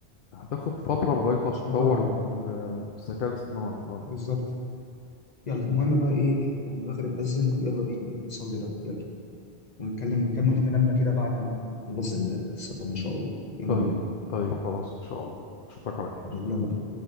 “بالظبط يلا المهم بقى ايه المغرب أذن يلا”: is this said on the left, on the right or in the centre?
Left